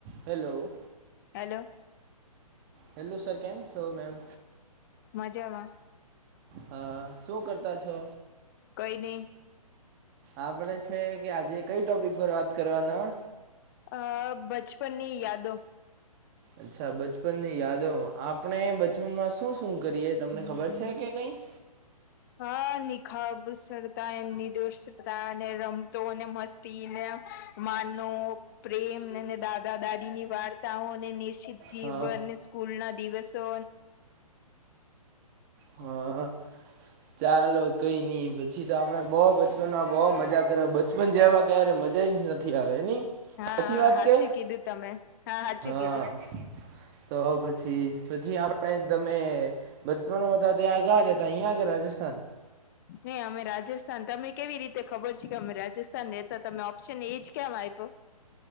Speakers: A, on the right (about 30°); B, on the left (about 30°).
A: હેલો
B: હેલો
A: હેલો સર કેમ છો મેમ
B: મજામાં શ
A: અ, શું કરતા છો
B: કઈ નહી
A: આપણે છે કે આજે કઈ ટોપિક પર વાત કરવાના
B: અ બચપનની યાદો-
A: અચ્છા બચપન ની યાદો આપણે બચપનમાં શું- શું કરીએ તમને ખબર છે કે કઈ-
B: હા નિનીખાબ સરતા નિદોષતા અને રમતો અને મસ્ત તીન માનો પ્રેમ અને દાદા દાદીની વાર્તાઓ અનેને નિશ્ચિ જીવન
A: હા
B: સ્કૂલ ના દિવસો
A: હા ચાલો કઈ નઈ પછી તો આપડણે બહુ બચપનમાં બહુ મજા કર બચપન જવા ક્યારે મજા જ નથી આવે
B: હા
A: સાચી વાત
B: સાચું
A: કે
B: કીધું તમે હા સાચું
A: હા-
B: કીધું
A: તો પછી પછી આપણે તમે બચપનોમાં હતા ત્યાં ગયા રેતા અહીંયાગ- રાજસ્થાન <unintelligible>
B: નહી અમે રાજસ્થાન તમે કેવી રીતે ખબર છે કે અમે રાજસ્થાન રહેેતા તમે ઓપ્શન એજ કેમ આપ્યો-